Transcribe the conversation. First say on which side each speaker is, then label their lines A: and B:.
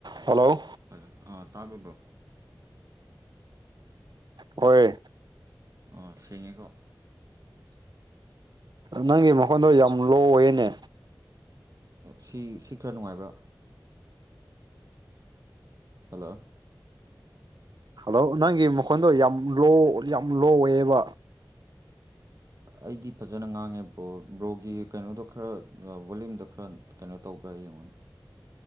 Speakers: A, on the right; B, on the right.
A: ꯍꯜꯂꯣ
B: ꯍꯂꯣ ꯑꯥ ꯇꯥꯔꯕꯕ꯭ꯔꯣ
A: ꯍꯣꯏ
B: ꯑ ꯁꯦꯉꯤꯀꯣ
A: ꯅꯪꯒꯤ ꯃꯈꯣꯟꯗꯣ ꯌꯥꯝ ꯂꯣꯋꯦꯅꯦ
B: ꯁꯤ ꯁꯤ ꯈꯔ ꯅꯨꯡꯉꯥꯏꯕ ꯍꯜꯂꯣ
A: ꯍꯜꯂꯣ ꯅꯪꯒꯤ ꯃꯈꯣꯟꯗꯣ ꯌꯥꯝ ꯂꯣ ꯌꯥꯝ ꯂꯣ ꯑꯣꯏꯌꯦꯕ
B: ꯑꯩꯗꯤ ꯐꯖꯅ ꯉꯥꯡꯉꯦ ꯕ꯭ꯔꯣ ꯕ꯭ꯔꯣꯒꯤ ꯀꯩꯅꯣꯗꯣ ꯈꯔ ꯕꯣꯂꯌꯨꯝꯗꯣ ꯈꯔ ꯀꯩꯅꯣ ꯇꯧꯕ꯭ꯔꯥ ꯀꯨꯡ